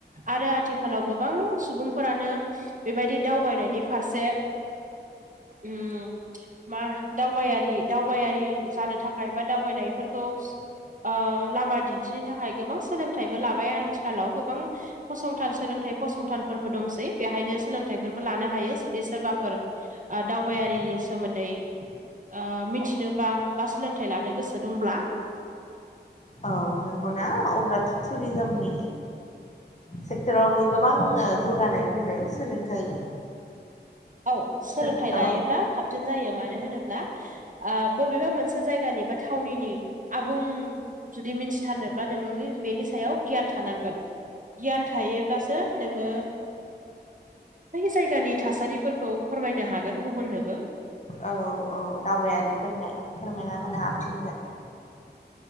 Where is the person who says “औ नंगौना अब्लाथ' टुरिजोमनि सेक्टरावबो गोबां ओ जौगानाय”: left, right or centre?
Left